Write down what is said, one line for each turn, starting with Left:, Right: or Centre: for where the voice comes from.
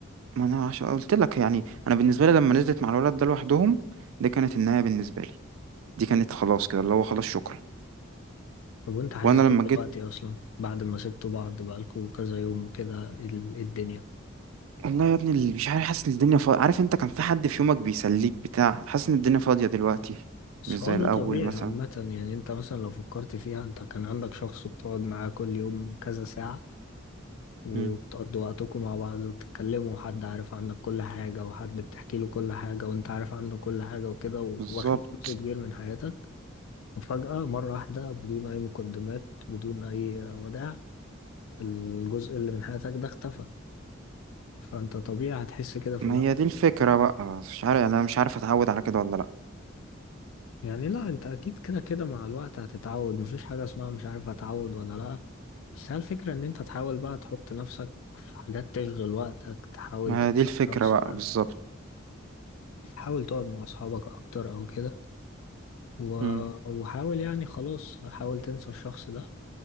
Right: ما انا عشان قلت لك يعني انا بالنسبه لي لما نزلت مع الولد ده لوحدهم دي كانت النهايه بالنسبه لي دي كانت خلاص كده اللي هو خلاص شكرا
Left: طب وانت حاسس
Right: وانا لما
Left: ايه دلوقتي
Right: جيت
Left: اصلا بعد ما سبتوا بعض بقالكوا كذا يوم وكده ال- الدنيا
Right: والله يا ابني اللي مش عارف حاسس ان الدنيا فاضية عارف انت كان في حد في يومك بيسليك بتاع حاسس ان الدنيا فاضية دلوقتي
Left: بس
Right: مش زي
Left: هو
Right: الاول
Left: ده طبيعي
Right: مثلا
Left: عامة يعني انت مثلا لو فكرت فيها انت كان عندك شخص بتقعد معاه كل يوم كذا ساعة وبتقضوا
Right: مم.
Left: وقتكم مع بعض وبتتكلموا وحد عارف عنك كل حاجة وحد بتحكي له كل حاجة وانت عارف عنه كل حاجة وكده
Right: بالظبط
Left: واخد جزء كبير من حياتك وفجأة مرة واحدة بدون أي مقدمات بدون أي وداع الجزء اللي من حياتك ده اختفى فانت طبيعي هتحس كده في
Right: ما
Left: الأول
Right: هي دي الفكرة بقى مش عارف يعني انا مش عارف اتعود على كده ولا لا
Left: يعني لا انت اكيد كده كده مع الوقت هتتعود مفيش حاجة اسمها مش عارف هتعود ولا لا بس هي الفكرة ان انت تحاول بقى تحط نفسك في حاجات تشغل وقتك تحاول
Right: ما
Left: تنسى
Right: هي دي الفكرة
Left: الشخص
Right: بقى
Left: ده
Right: بالظبط
Left: حاول تقعد مع اصحابك اكتر او كده و...
Right: مم.
Left: وحاول يعني خلاص حاول تنسى الشخص ده